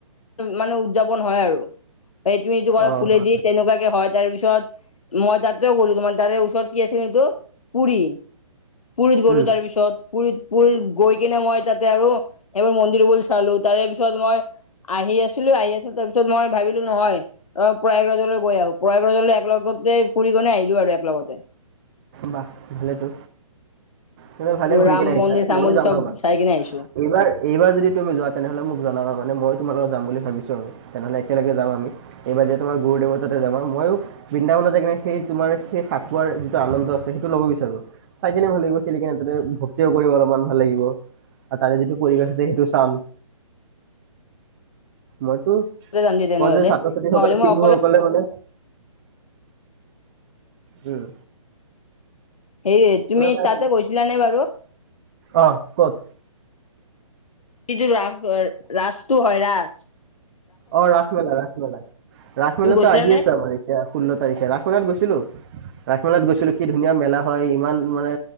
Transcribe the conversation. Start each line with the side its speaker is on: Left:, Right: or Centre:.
Left: মানে উদযাপন হয় আৰু, সেই তুমিটো ক'লা
Right: অ
Left: ফুলেদি
Right: হয়
Left: তেনেকুৱাকে হয় তাৰপিছত। মই তাতেও গ'লো তোমাৰ তাৰে ওচৰত কি আছিল সেইটো পুৰী। পুুৰীত গ'লো
Right: উম
Left: তাৰপিছত। পুুৰীত পুৰীত গৈ কিনে মই তাতে আৰু সেইবোৰ মন্দিৰবোৰ চালো তাৰে পিছত মই আহি আছিলোঁ আহি আছিলোঁ তাৰপিছত মই ভাবিলোঁ নহয় অ' পৰয়াগৰাজলৈ গৈ আহো পৰয়াগৰাজলৈ একে লগ <unintelligible> ফুৰি কিনে আহিলোঁ আৰু এক লগতেৱ
Right: বা ভালেতো, তুমি ভালে ঘূৰি
Left: ৰাম
Right: কিনে আহিছা
Left: মন্দিৰ চাম
Right: ময়ো
Left: মন্দিৰ
Right: যাম
Left: চব
Right: ৰ'বা।
Left: চাই কিনে আহিছো
Right: এইবাৰ এইবাৰ যদি তুমি যোৱা তেনেহলে মোক জনাবা মানে মই তোমাৰ লগত যাম বুলি ভাবিছোঁ আৰু তেনেহ'লে একেলগে যাম আমি এইবাৰ যে তোমাৰ গুৰুদেৱৰ তাতে যাবা ময়ো বৃন্দা <unintelligible> যায় কিনে সেই তোমাৰ সেই ফাকুৱাৰ আনন্দ আছে সেইটো ল'ব বিচাৰো, চাই কিনে ভাল লাগিব খেলি কিনে তাতে ভক্তিও কৰিম অলপমান ভাল লাগিব। আৰু তাৰে যিটো পৰিৱেশ আছে সেইটো চাম। মইতো,
Left: যাম দিয়া তেনেহলে
Right: কয় যে ছাত্ৰ ছাত্ৰীসকলে
Left: নহ'লে মই
Right: শিশুসকলে
Left: অকলে
Right: মানে উম।
Left: সেয়ে তুমি
Right: শুনা পাই আছা
Left: তাতে
Right: ন
Left: গৈছিলানে বাৰু।
Right: অ ক'ত
Left: <unintelligible> ৰাস ৰাজটো হয় ৰাজ।
Right: অ' ৰাসমেলা ৰাসমেলা। ৰাসমেলাটো
Left: তুমি গৈছিলা
Right: আহি
Left: নে
Right: আছে আমাৰ এতিয়া ষোল্ল তাৰিখে ৰাসমেলাত গৈছিলোঁ, ৰাসমেলাত গৈছ <unintelligible> কি ধুনীয়া মেলা হয় ইমান মানে